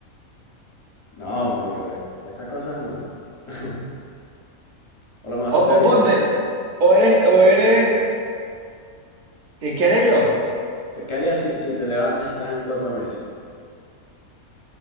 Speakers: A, on the left (about 35°); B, on the right (about 60°).
A: No, marico, eh, esas cosas no. <laughs> Por lo menos, ¿tú
B: O,
A: qué harías?
B: o ponte, o eres, o eres, ¿qué, qué haré yo?
A: ¿Qué, qué harías si, si te levantas y estás en el cuerpo de Messi?